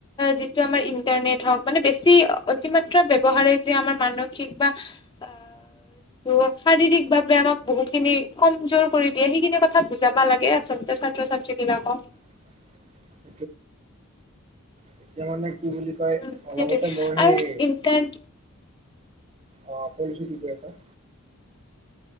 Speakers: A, on the left; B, on the right.
A: যিটো আমাৰ ইন্টাৰনেট হওঁক। মানে বেছি অতিমাত্ৰা ব্যৱহাৰে যে আমাৰ মানসিক বা আহ। ত শাৰীৰিক ভাৱে আমাক বহু খিনি কমজোৰ কৰি দিয়ে। সেইখিনি কথা বুজাবা লাগে আচলতে। ছাত্ৰ-ছাত্ৰী বিলাকক।
B: <unintelligible> যেতিয়া মানে কি বুলি কয়
A: উম
B: অলপতে
A: সেইটোৱে
B: মোৰ সেই।
A: আৰু ইণ্টাৰনেট
B: অ কৰিছো কেতিয়াবা।